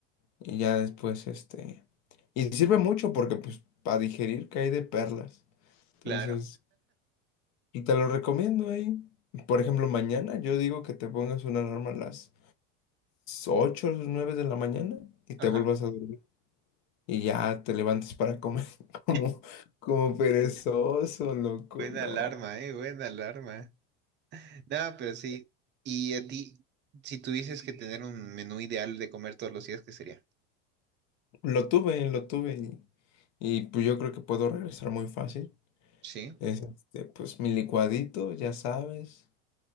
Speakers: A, on the left; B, on the right.
A: Y ya después, este... Y sirve mucho porque pues para digerir cae de perlas. Entonces,
B: claro.
A: y te lo recomiendo ahí. Por ejemplo, mañana yo digo que te pongas una alarma a las 8 o 9 de la mañana y te
B: Ajá.
A: vuelvas a dormir. Y ya te levantes para comer <laughs> como,
B: <laughs>
A: como perezoso, loco,
B: Buena
A: no.
B: alarma, eh, buena alarma. No, pero sí. Y a ti, si tuvieses que tener un menú ideal de comer todos los días, ¿qué sería?
A: Lo tuve, lo tuve y, y, pues yo creo que puedo regresar muy fácil.
B: Sí.
A: Es este, pues mi licuadito, ya sabes,